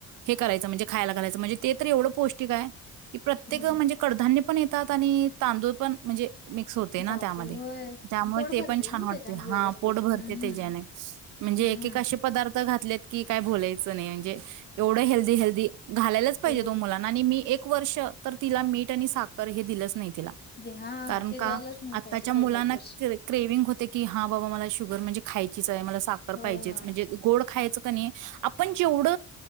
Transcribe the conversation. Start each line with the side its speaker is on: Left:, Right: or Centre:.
Right: हे करायचं म्हणजे खायला घालायच म्हणजे, ते तर एवढ पौष्टिक आहे की प्रत्येक
Left: हम्म.
Right: म्हणजे कडधान्य पण येतात, आणि तांदूळ पण म्हणजे मिक्स होते ना
Left: जाते
Right: त्यामध्ये
Left: होय
Right: त्यामुळे
Left: पोट
Right: ते
Left: भरतय
Right: पण छान
Left: ना
Right: वाटते
Left: त्याच्यान
Right: हा.
Left: व्यवस्थित.
Right: भरते
Left: हम्म
Right: त्याच्या
Left: हम्म.
Right: ने म्हणजे
Left: हम्म.
Right: एकेक असे पदार्थ घातल्यात की काय बोलायचं नाही. म्हणजे एवढं हेल्दी हेल्दी घालायलाच पाहिजे
Left: हो
Right: त ओ मुलांना आणि मी एक वर्ष तर तिला मीठ आणि साख खर हे दिलंच नाही.
Left: हा
Right: कारण
Left: ते
Right: का
Left: द्यायलाच नाही पाहिजे
Right: आच्या
Left: पहिला
Right: मुलांना
Left: एक वर्ष.
Right: क्रेविंग होते की हा बाबा मला शु गर म्हजे खायचीच आहे मला साखरं
Left: होय
Right: पाहिजेच
Left: होय.
Right: म्हणजे गोड खायचं का नी आपण जेवड,